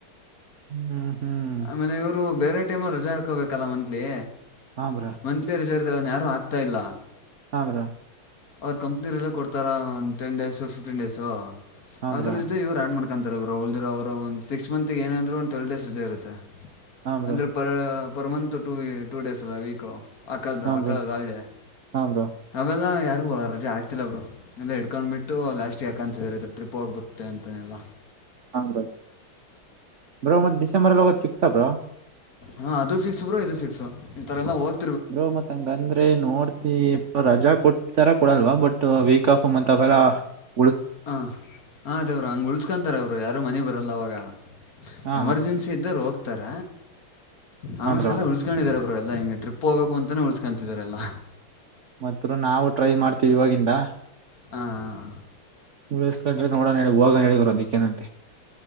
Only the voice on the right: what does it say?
ಹ್ಮ್ ಹ್ಮ್
ಹಾ ಬ್ರೋ
ಹ್ರಾ
ಹಾ
ಬ್ರೋ
ಹಾ ಬ್ರೋ
ಹಾ
ಬ್ರೋ
ಹಾ ಬ್ರೋ ಹಾ ಬ್ರೋ
ಹಾ್ರ ಬ್ರೋ ಮತ್ ಡಿಸೆಂಬರ್ ಅಲ್ಲಿ ಹೋಗೋದ್ ಫಿಕ್ಸ ಆ ಬ್ರೋ
ಬ್ರೋ ಮತ್ ಹಂಗಂದ್ರೆ ನೋಡ್ತಿ ರಜಾ ಕೊಟ್ಟತಾರ ಕೊಡಲ್ವ ಬಟ್ ವೀಕ್ ಆಫ್ ಅತ್ ಅವಲ್ಲ
ಹಾ
ಹ ಬ್ರೋ
ಮತ್ತ ನಾವು ಟ್ರೈ ಮಾಡ್ತೀವಿ ಇವಾಗಿಂದ
ಉಳಕೊಂಡ್ರ ನೋಡ ಹೋಗ ಹೇಳಿದ್ರು ಅದಕ್ಕೆನಂತೆ